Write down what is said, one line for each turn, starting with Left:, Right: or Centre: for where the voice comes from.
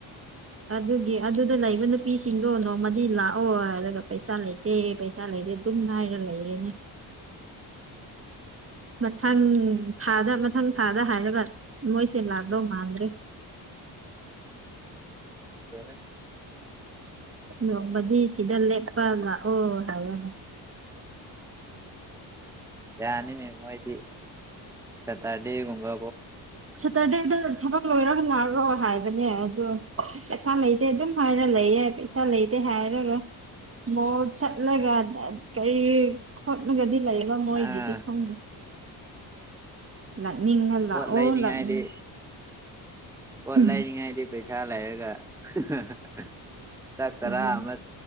Right: ꯑꯗꯨꯒꯤ ꯑꯗꯨꯗ ꯂꯩꯕ ꯅꯨꯄꯤꯁꯤꯡꯗꯣ ꯅꯣꯡꯃꯗꯤ ꯂꯥꯛꯑꯣ ꯍꯥꯏꯔꯒ ꯄꯩꯁꯥ ꯂꯩ <unintelligible> ꯄꯩꯁ ꯂꯩꯗꯦ ꯑꯗꯨꯝ ꯍꯥꯢꯔꯒ ꯂꯩꯔꯦꯅ ꯃꯊꯪ ꯊꯥꯗ ꯃꯊꯪ ꯊꯥꯗ ꯍꯥꯏꯔꯒ ꯃꯣꯏꯁꯦ ꯂꯥꯛꯒꯗꯧ ꯃꯥꯟꯗ꯭ꯔꯦ
Centre: ꯈꯪꯗꯦꯅ
Right: ꯅꯣꯡꯃꯗꯤ ꯁꯤꯗ ꯂꯦꯞꯄ ꯂꯥꯛꯑꯣ ꯍꯥꯏꯔꯒ
Centre: ꯌꯥꯅꯤꯅꯦ ꯃꯣꯏꯗꯤ ꯁꯇꯔꯗꯦꯒꯨꯝꯕ
Right: ꯁꯇꯔꯗꯦꯗ ꯊꯕꯛ ꯂꯣꯏꯔꯒ ꯂꯥꯛꯔꯣ ꯍꯥꯏꯕꯅꯦ ꯑꯗꯣ ꯄꯩꯁꯥ ꯂꯩꯇꯦ ꯑꯗꯨꯝ ꯍꯥꯏꯔ ꯂꯩꯌꯦ ꯄꯩꯁꯥ ꯂꯩꯇꯦ ꯍꯥꯏꯔꯒ ꯃꯣꯜ ꯆꯠꯂꯒ <unintelligible> ꯀꯔꯤ ꯈꯣꯠꯂꯒꯗꯤ ꯂꯩꯕ ꯃꯣꯏꯒꯤꯗꯤ
Centre: ꯑꯥ
Right: ꯈꯪꯗꯦ ꯂꯥꯛꯅꯤꯡꯉ ꯂꯥꯛꯑꯣ
Centre: ꯄꯣꯠ ꯂꯩꯅꯤꯉꯥꯏꯗꯤ
Right: ꯂꯥꯛꯅꯤꯡ
Centre: ꯄꯣꯠ
Right: ꯎꯝ
Centre: ꯂꯩꯅꯤꯉꯥꯏꯗꯤ ꯄꯩꯁꯥ ꯂꯩꯔꯒ <unintelligible> ꯆꯥꯛ ꯆꯔꯥ
Right: ꯑꯗꯨꯅꯤ
Centre: ꯑꯃ